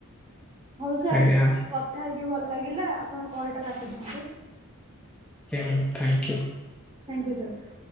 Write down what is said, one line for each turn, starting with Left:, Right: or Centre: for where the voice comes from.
Right: ହଉ ସାର୍
Centre: ଆଜ୍ଞା
Right: କଥା ହେଇକି ଭଲ ଲାଗିଲା ଆପଣ କଲ ଟା କାଟିଦିଅନ୍ତୁ।
Centre: Thank you.
Right: Thank you sir.